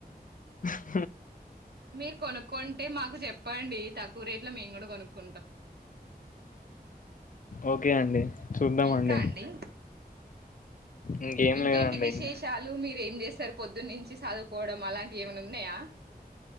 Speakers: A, on the left; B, on the right.
A: అ
B: మీరు కొనుక్కుంటే మాకు చెప్పండి తక్కువ రేట్ లో మేము కూడా కొనుక్కు
A: ఓకే అండి చూద్దామండి
B: ఇంకా అండి
A: ఇంకేం
B: ఇంకేంటి
A: లేదండి
B: విశేషాలు మీరు ఏం చేస్తారు పొద్దున్ నుంచి చదుకోవడం అలాంటివి ఏమన్నా ఉన్నాయా